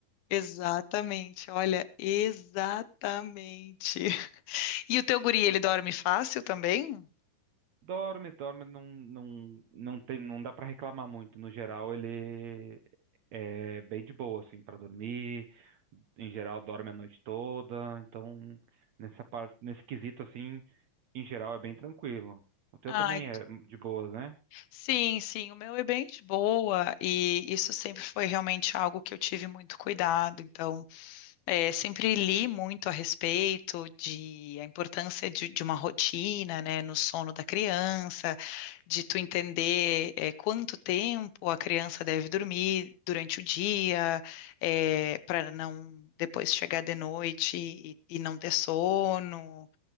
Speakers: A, on the left; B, on the right.
A: Exatamente, olha, exatamente. <laughs> E o teu guri, ele dorme fácil também?
B: Dorme, dorme, não, não, não tem, não dá pra reclamar muito. No geral, ele é bem de boa, assim, pra dormir. Em geral, dorme a noite toda. Então, nessa parte, nesse quesito, assim, em geral, é bem tranquilo. O teu
A: Ai,
B: também
A: que-
B: é de boas, né?
A: sim, sim, o meu é bem de boa e isso sempre foi realmente algo que eu tive muito cuidado, então. É, sempre li muito a respeito de a importância de, de uma rotina, né, no sono da criança, de tu entender é, quanto tempo a criança deve dormir durante o dia, para não depois chegar de noite e, e não ter sono.